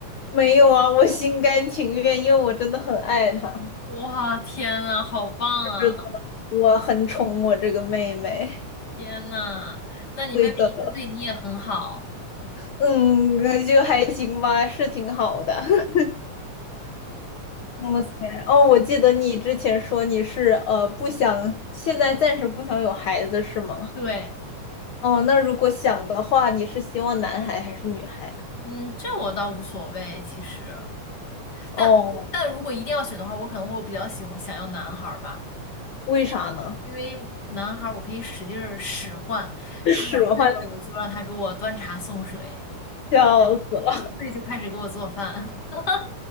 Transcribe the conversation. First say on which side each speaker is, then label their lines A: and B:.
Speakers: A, on the left (about 85°); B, on the left (about 35°).
A: 没有啊，我心甘情愿，因为我真的很爱她，
B: 哇，天呐，好棒啊！
A: 是我很宠我这个妹妹。
B: 天呐，那你妹妹一定对你也很好。
A: 对的，嗯，呃就还行吧，是挺好的。<laughs> 哇塞，哦，我记得你之前说你是呃不想，现在暂时不想有孩子是吗？
B: 对，
A: 哦，那如果想的话，你是希望男孩还是女孩啊？
B: 嗯，这我倒无所谓，其实，但但如果一定要选的话，
A: 哦，
B: 我可能我比较喜欢想要男孩儿吧，
A: 为啥呢？
B: 因为男孩儿我可以使劲儿使唤，
A: <laughs>
B: 他两岁了，
A: 使唤，
B: 我就让他给我端茶送水。
A: 笑死。了。
B: 所以就开始给我做饭。<laughs>